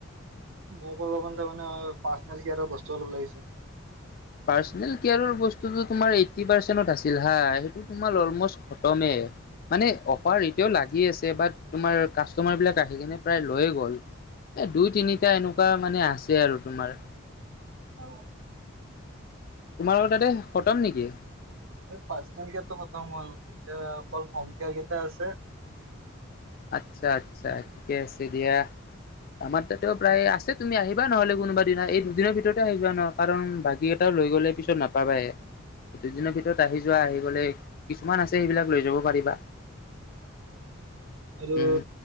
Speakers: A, on the right (about 80°); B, on the left (about 45°).
A: মোক অলপমান তাৰ মানে পাৰ্চনেল কেয়াৰৰ বস্তু অলপ লাগিছিল।
B: পাৰ্চনেল কেয়াৰৰ বস্তুটো তোমাৰ এইট্টি পাৰ্চেণ্টত আছিল হা, সেইটো তোমাৰ অলম'ষ্ট খতমেই। মানে অফাৰ এতিয়াও লাগি আছে, বাত তোমাৰ কাষ্টমাৰ বিলাক আহি কিনে প্ৰায় লৈয়ে গ'ল। এ দুই তিনিটা এনেকুৱা মানে আছে আৰু তোমাৰ।
A: অ'।
B: তোমালোকৰ তাতে খটম নেকি?
A: পাৰ্চনেল কেয়াৰটো খতম হ'ল, এতিয়া অকল হ'ম কেয়াৰ কেইটা আছে
B: আচ্ছা আচ্ছা, ঠিকে আছে দিয়া। আমাৰ তাতেও প্ৰায় আছে তুমি আহিবা নহ'লে কোনোবা দিনা, এই দুদিনৰ ভিতৰতে আহিবা নহ-কাৰণ বাকী কেইটা লৈ গ'লে পিছত নাপাবায়ে। দুদিনৰ ভিতৰত আহি যোৱা, আহি গ'লে কিছুমান আছে সেইবিলাক লৈ যাব পাৰিবা।
A: আৰু
B: উম